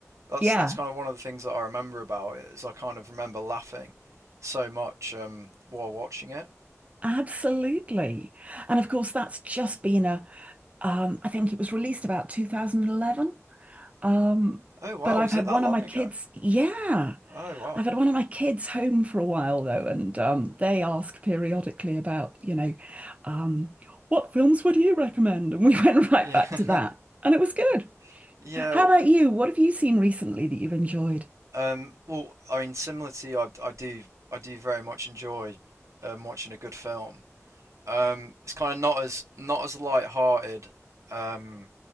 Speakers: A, on the right; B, on the right.
A: That's
B: Yeah,
A: that's kind of one of the things that I remember about it is I kind of remember laughing so much um while watching it.
B: absolutely. And of course, that's just been a um, I think it was released about 2011. Um,
A: Oh wow,
B: but I've
A: was
B: had
A: it that
B: one
A: long
B: of my kids,
A: ago?
B: yeah.
A: Oh wow.
B: I've had one of my kids home for a while though, and um, they ask periodically about, you know, um, what films would you recommend? And we <laughs> went right
A: Yeah,
B: back to that, and it was good.
A: <laughs> yeah.
B: How
A: w-
B: about you? What have you seen recently that you've enjoyed?
A: Um, well, I mean, similar to you, I, I do, I do very much enjoy um, watching a good film. Um, it's kind of not as not as light-hearted um,